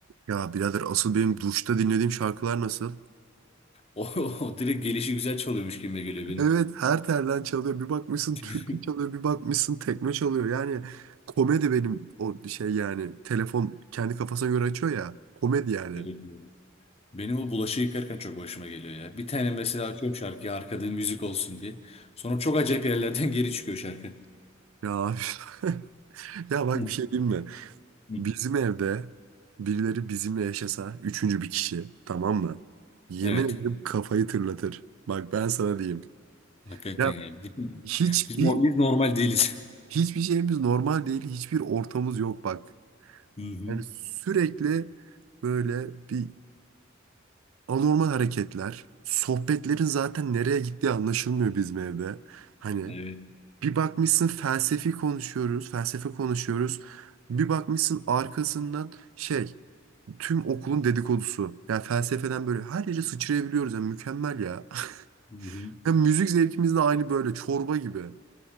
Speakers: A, on the right (about 80°); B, on the left (about 30°).
A: Ya birader asıl benim duşta dinlediğim şarkılar nasıl?
B: O, o direkt gelişi güzel çalıyormuş gibi geliyor benim.
A: Evet her telden çalıyor. Bir bakmışsın
B: <laughs>
A: türkü çalıyor. Bir bakmışsın tekme çalıyor. Yani komedi benim o şey yani. Telefon kendi kafasına göre açıyor ya. Komedi yani.
B: Evet. Benim o bulaşığı yıkarken çok başıma geliyor ya. Bir tane mesela açıyorum şarkıyı arkada müzik olsun diye. Sonra çok acayip yerlerden <laughs> geri çıkıyor şarkı.
A: Ya abi. <laughs> Ya bak
B: Hı.
A: bir şey diyeyim mi?
B: Hı.
A: Bizim evde birileri bizimle yaşasa üçüncü bir kişi tamam mı? Yemin
B: Evet.
A: ederim kafayı tırlatır. Bak ben sana diyeyim.
B: Hakikaten
A: Ya
B: yani. <laughs>
A: Hiçbir
B: Biz, biz normal değiliz.
A: Hiçbir şeyimiz normal değil. Hiçbir ortamız yok bak.
B: Hı hı.
A: Yani sürekli böyle bir anormal hareketler. Sohbetlerin zaten nereye gittiği anlaşılmıyor bizim evde. Hani
B: Evet.
A: bir bakmışsın felsefi konuşuyoruz, felsefe konuşuyoruz. Bir bakmışsın arkasından şey tüm okulun dedikodusu. Yani felsefeden böyle her yere sıçrayabiliyoruz. Yani mükemmel ya. <laughs>
B: Hı hı.
A: Yani müzik zevkimiz de aynı böyle çorba gibi.